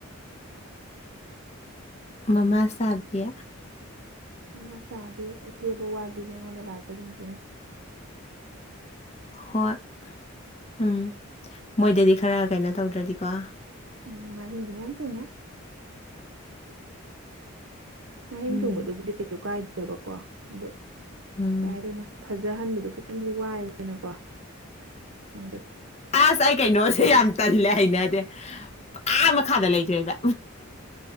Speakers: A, on the left (about 30°); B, on the right (about 60°).
A: ꯃꯃꯥꯁꯕꯤ
B: ꯃꯃꯥꯁꯕꯤ ꯑꯀꯦꯕ ꯋꯥꯕꯤꯅꯦ ꯑꯩꯉꯣꯟꯗ ꯂꯥꯛꯄꯁꯤꯡꯁꯦ
A: ꯍꯣꯏ ꯎꯝ ꯃꯣꯏꯗꯗꯤ ꯈꯔ ꯀꯩꯅꯣ ꯇꯧꯗ꯭ꯔꯗꯤꯀꯣ
B: ꯎꯝ ꯃꯍꯤꯡꯁ ꯃꯌꯥꯝ ꯊꯨꯡꯉꯦ ꯃꯍꯤꯡ
A: ꯎꯝ
B: ꯊꯨꯡꯕꯗꯨꯕꯨꯗꯤ ꯀꯩꯁꯨ ꯀꯥꯏꯗꯕꯀꯣ ꯑꯗꯨ
A: ꯎꯝ
B: ꯀꯩꯍꯥꯏꯗꯧꯔꯤꯅꯣ ꯐꯖꯍꯟꯕꯗꯣ ꯈꯤꯇꯪꯗꯤ ꯋꯥꯏꯗꯥꯅꯀꯣ ꯃꯣꯏꯗ
A: ꯑꯁ ꯑꯩ ꯀꯩꯅꯣꯁꯦ ꯌꯥꯝ ꯇꯜꯂꯦ ꯍꯩꯅꯗꯦ ꯑꯥ ꯃꯈꯥꯗ ꯂꯩꯈꯔꯦꯕ